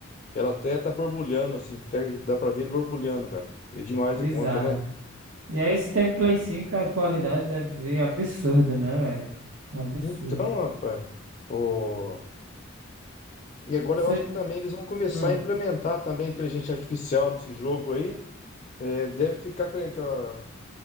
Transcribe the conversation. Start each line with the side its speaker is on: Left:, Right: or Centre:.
Left: ela até tá borbulhando assim, até dá pra ver ele borbulhando, cara. É demais
Right: bizarro.
Left: a conta, né?
Right: velho. E aí, se tem Play 5 a qualidade deve vir absurda, né, velho? Absurdo.
Left: Então, rapaz, o... e agora
Right: Você...
Left: eu acho que também eles vão começar
Right: Hum.
Left: a implementar também a inteligência artificial nesse jogo aí. É, deve ficar com a,